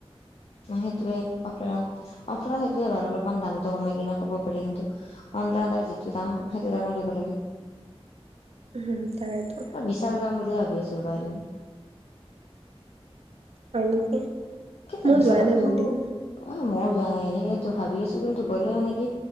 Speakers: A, on the left; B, on the right.
A: সেইটোৱে অফলাইনত অফলাইনত সেইটোোৱে বাৰ অলপমান দামটো কমাই কিনে ক'ব পাৰি কিন্তু। অনলাইত আৰু যিটো দাম সেইটো দামে দিব লাগে।
B: উম, তাকেতো।
A: বিশাল যাম বুলি হে ভাবি আছিলো কাইলে।
B: হয় নেকি?
A: কিন্তু
B: মই
A: বিশালতো
B: যোৱাই নাই বহুত দিন।
A: অ' মইয়ো যোৱা নাই সেইটো ভাবি আছো কিন্তু গ'লে মানে কি